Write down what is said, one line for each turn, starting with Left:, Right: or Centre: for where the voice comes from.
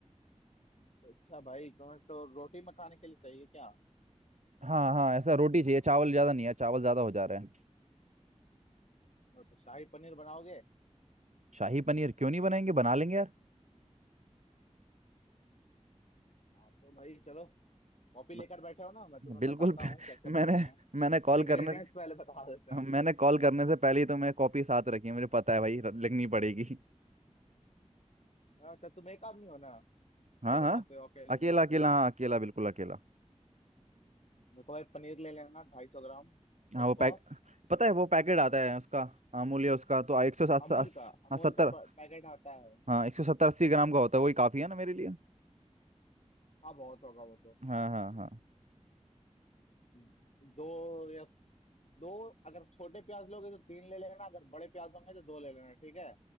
Left: अच्छा भाई तुम्हें तो रोटी में खाने के लिए चाहिए क्या
Right: हाँ हाँ ऐसा रोटी चाहिए चावल ज़्यादा नहीं है चावल ज़्यादा हो जा रहे हैं
Left: और तो शाही पनीर बनाओगे
Right: शाही पनीर क्यों नहीं बनाएंगे बना लेंगे यार
Left: हाँ तो भाई चलो कॉपी लेकर
Right: ब-
Left: बैठे हो ना मैं तुम्हें
Right: बिल्कुल
Left: बताता
Right: <laughs>
Left: हूँ कैसे
Right: मैंने
Left: बनाने हैं
Right: मैंने कॉल
Left: इंग्रेडिएंट्स
Right: करने
Left: पहले बता देते हैं
Right: मैंने कॉल करने से पहले ही तो मैं कॉपी साथ रखी है मुझे पता है भाई र- लिखनी पड़ेगी
Left: अच्छा तुम एक आदमी हो ना अकेले
Right: हाँ हाँ
Left: खाते हो अकेले
Right: अकेला
Left: बनाते
Right: अकेला
Left: हो
Right: हाँ अकेला बिल्कुल अकेला
Left: देखो भाई पनीर ले लेना ढाई सौ ग्राम
Right: हाँ
Left: एक
Right: वो पैक
Left: पाव
Right: पता है वो पैकेट आता है उसका अमूल्य उसका तो एक सौ सात
Left: अमूल का अमूल
Right: हाँ सत्तर
Left: का प- पैकेट आता है
Right: हाँ एक सौ सत्तर अस्सी ग्राम का होता है वही काफ़ी है ना मेरे लिए
Left: हाँ बहुत होगा वो तो
Right: हाँ हाँ हाँ
Left: हम्म, दो या दो अगर छोटे प्याज लोगे तो तीन ले लेना अगर बड़े प्याज होंगे तो दो ले लेना ठीक है